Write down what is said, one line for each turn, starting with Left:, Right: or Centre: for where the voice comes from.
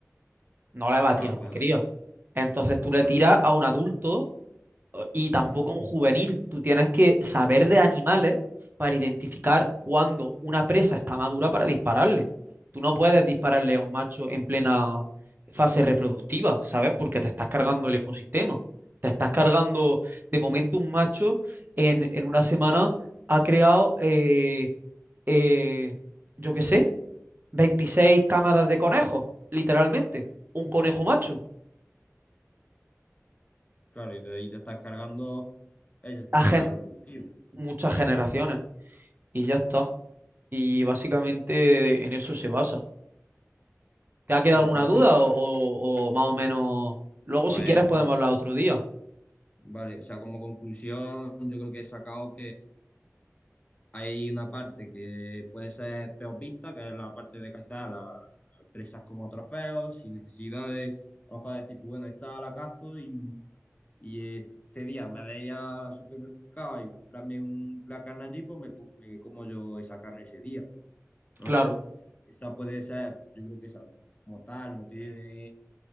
Right: no le vas
Left: claro,
Right: a tirar a
Left: bueno,
Right: una cría.
Left: ahí
Right: Entonces
Left: poco
Right: tú
Left: que
Right: le
Left: comer.
Right: tiras a un adulto y tampoco a un juvenil. Tú tienes que saber de animales para identificar cuándo una presa está madura para dispararle. Tú no puedes dispararle a un macho en plena fase reproductiva, ¿sabes? Porque te estás cargando el ecosistema. Te estás cargando, de momento un macho en, en una semana ha creado, eh, eh, yo qué sé, 26 cámaras de conejos, literalmente. Un conejo macho.
Left: Claro, y de ahí te estás cargando ese
Right: A
Left: sistema
Right: gen-
Left: reproductivo.
Right: muchas generaciones. Y ya está. Y básicamente en eso se basa. ¿Te ha quedado
Left: Sí, es
Right: alguna
Left: verdad, o
Right: duda
Left: sea,
Right: o, o- o más o menos? Luego
Left: pues
Right: si quieres podemos
Left: como,
Right: hablar otro día.
Left: vale, o sea, como conclusión, yo creo que he sacado Hay una parte que puede ser peor vista, que es la parte de cazar las presas como trofeos, sin necesidad de, a lo mejor decir, pues bueno, esta la cazo y, y este día me voy al supermercado y comprarme un- la carne allí, pues me, co- me como yo esa carne ese día, ¿no?
Right: Claro,
Left: Esa puede ser, yo creo que esa, como tal, no tiene,